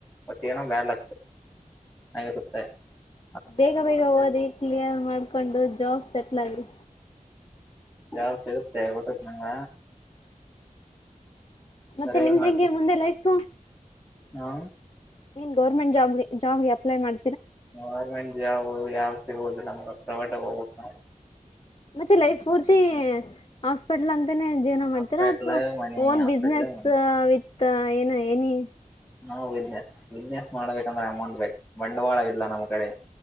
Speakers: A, in the centre; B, on the left (about 35°).
A: ಮತ್ತ ಏನ <unintelligible> <unintelligible>
B: ಬೇಗ ಬೇಗ ಓದಿ ಕ್ಲಿಯರ್ ಮಾಡ್ಕೊಂಡು ಜಾಬ್ ಸೆಟ್ಲ್ ಆಗ್ರಿ
A: ಯಾವ ಸಿಗುತ್ತೆ ಗೊತ್ತೈತ್ ನಿಂಗ
B: ಮತ್ತೆ
A: ಏನ್
B: ನಿಮ್ದಂಗೆ
A: ಮಾಡ್ತಿ
B: ಮುಂದೆ ಲೈಫು
A: ಹಾ
B: ನೀನ್ ಗೌರ್ಮೆಂಟ್ ಜಾಬ್ ಜಾಬ್ಗೆ ಅಪ್ಲೈ ಮಾಡ
A: ಗವರ್ಮೆಂಟ್ ಜಾಬು ಯಾವ ಸಿಗುದಿಲ್ಲ ನಮ ಪ್ರೈವೇಟಗ ಹೋಗ್ಬೇಕ ನವು
B: ಮತ್ತೆ ಲೈಫ್ ಮೂರ್ತಿ ಹಾಸ್ಪಿಟಲ್ ಅಂತನೇ ಜೀವನ
A: ನಾವು
B: ಮಾಡ್ತೀರಾ
A: ಹಾಸ್ಪಿಟ್ಲ್
B: ಅಥವಾ
A: money
B: own
A: hospital
B: business
A: money
B: ಅಂತ ಏನ ಏನಿ
A: ನಾವು ಬಿಸ್ನೆಸ್ ಬಿಸ್ನೆಸ್ ಮಾಡಬೇಕಂದ್ರೆ ಅಮೌಂಟ್ ಬೇಕು ಬಂಡವಾಳವಿಲ್ಲ ನಮ್ಮ್ ಕಡೆ